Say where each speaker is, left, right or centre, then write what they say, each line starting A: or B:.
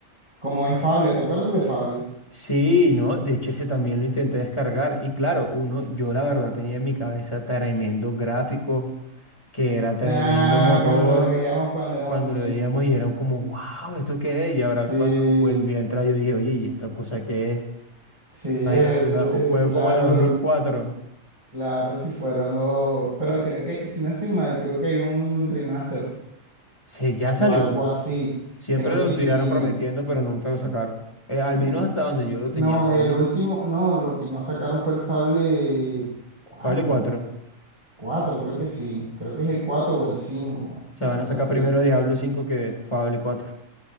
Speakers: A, on the right (about 25°); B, on the left (about 20°).
A: como en Fable, ¿te acuerdas de Fable?
B: Sí, no. De hecho, ese también lo intenté descargar. Y claro, uno, yo la verdad tenía en mi cabeza tremendo gráfico, que era tremendo
A: Nada,
B: motor.
A: cuando lo veíamos cuando éramos
B: Cuando
A: niños.
B: lo veíamos y era como, wow, ¿esto qué es? Y ahora
A: Sí,
B: cuando volví a entrar, yo dije, oye, ¿y esta cosa qué es?
A: sí, eh,
B: Imagínate,
A: de-
B: una-
A: de-
B: un juego
A: claro,
B: como de dos
A: lo...
B: mil cuatro
A: Claro, si fueron los... Pero creo que, si no estoy mal, creo que hay un remaster
B: Se, ya salió,
A: o algo
B: no
A: así.
B: sé. Siempre
A: Creo
B: lo
A: que
B: estuvieron
A: sí.
B: prometiendo, pero nunca lo sacaron. Eh, al
A: Mm,
B: menos hasta donde yo lo
A: No,
B: tenía entendido.
A: el último, no, lo que no sacaron fue el Fable cuatro,
B: Fable cuatro,
A: 4, creo que sí. Creo que es el 4 o el 5,
B: O sea,
A: una
B: van
A: cosa
B: a sacar
A: así.
B: primero Diablo 5 que Fable cuatro.